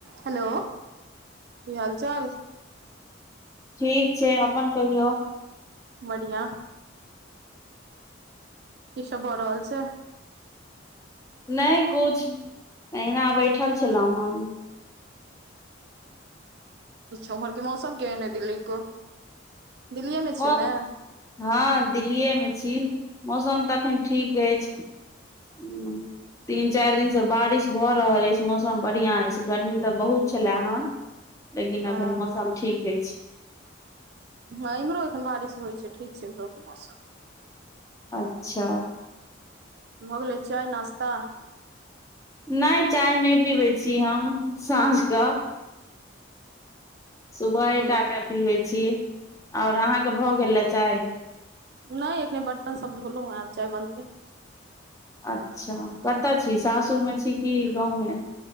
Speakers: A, on the right; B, on the left.
A: Hello की हाल चाल
B: ठीक छै अपन कहियौ
A: बढ़िया की सब भऽ रहल छै
B: नहि कुछ अहिना बैठल छलहुँ हन
A: किछ उम्हरके मौसम केहन दिल्ली को दिल्लीए मे छियै
B: मौ-
A: ने
B: हँ दिल्लीे मे छी मौसम तऽ अखन ठीक अछि
A: <inaudible>
B: उम्म, तीन चारि दिन से बारिश भऽ रहल अछि मौसम बढ़िया अछि गर्मी तऽ बहुत छले आहन
A: <inaudible>
B: लेकिन
A: हँ
B: अखन मौसम ठीक अछि
A: ह इमहरो एखन बारिश होइ छै ठीक छै एमहरोके के मौसम
B: अच्छा
A: भऽ गेलै चाय नाश्ता
B: नहि चाय नहि पीबैत छी हम साँझक सुबहे
A: भोरे
B: टा के पीबै छी ओर अहाँके भऽ गेल चाय
A: नहि एखने बर्तन सब धोलू हैं आब चाय बनते
B: अच्छा कतऽ छी सासुरमे छी कि गाँवमे